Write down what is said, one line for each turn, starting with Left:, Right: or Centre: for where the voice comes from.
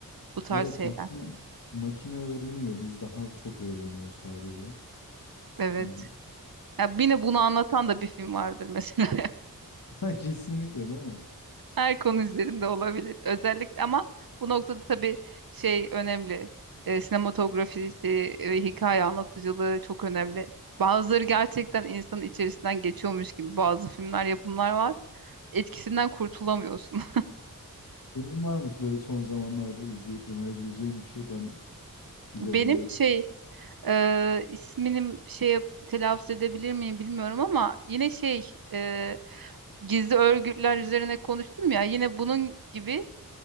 Right: bu tarz
Left: Evet
Right: şeyler.
Left: makine, makine öğreniyor biz daha çok öğreniyoruz haliyle.
Right: Evet.
Left: Ee,
Right: Ya yine bunu anlatan da bir film vardır mesela.
Left: <laughs> Ha, Kesinlikle değil mi?
Right: Her konu üzerinde olabilir. Özellikle ama bu noktada tabii şey önemli. E, sinematografisi ve hikaye anlatıcılığı çok önemli. Bazıları gerçekten insanın içerisinden geçiyormuş gibi bazı filmler, yapımlar var. Etkisinden kurtulamıyorsun.
Left: Senin var mı böyle son zamanlarda izleyip önerebileceğim bir şey? Ben
Right: <laughs>
Left: bir
Right: Benim
Left: de ona bak.
Right: şey e, isminim şey yap- telaffuz edebilir miyim bilmiyorum ama yine şey e, gizli örgütler üzerine konuştum ya yine bunun gibi